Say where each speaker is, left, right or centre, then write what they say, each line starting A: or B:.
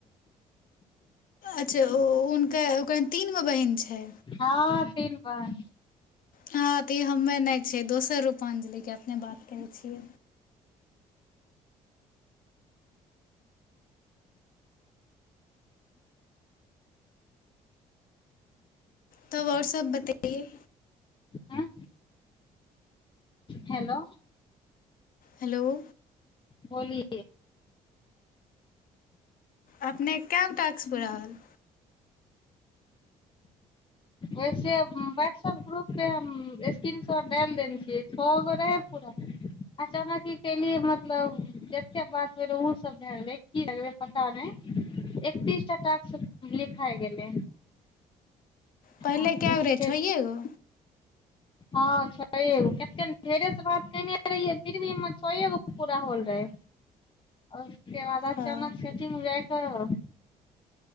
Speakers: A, on the left; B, on the left.
A: अच्छा ओ हुनका ओकररा तीनगो बहिन छै
B: हँ तन बन
A: हँ त हममे नहि छै दोस्त स रूपांजलिके अपने बात करै छियै तब वाट्सप बताइए
B: हूँ हेलो
A: हेलो
B: होली
A: अपने क ्स पराल
B: ओहिसे व्हाट्सऐप ग्रुपके हम स्क्रीनशॉट डालि देने छियै छओ गो रहै पूरा अचानक ई केलियै मतलब जतेक बात भेल रहै ओसभ भए गेलै की भएै पता नहि एकतीस टा टाक लिखाए गेलै
A: पहिले
B: आ किछ
A: कैवरेज होइएगो
B: हँ छओ गो कतेक ढेरेसँ बात कने रहियै फिर भी हमर छए गो पूरा होल रहै उसके बाद अचानक
A: हँ
B: सेटिंग जा कऽ